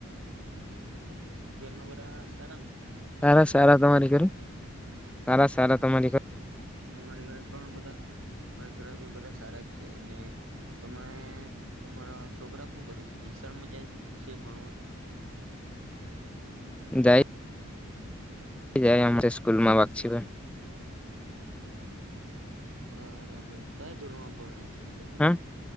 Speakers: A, on the right; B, in the centre.
A: ઘરના બધા સારા ને
B: સારા સારા તમારી ખર સારા. તારા તમારી.
A: અમારી ઘરે પણ બધા અરી ઘરે બધા સારા છે અને તમે તમારા છોકરા શું કરે છે નિશાળમાં જાય છે ભણવા.
B: જાય. જાય સ્કૂલ માં વાકસી.
A: બરાબર કયા ધોરમાં પણી. લોકો.
B: હા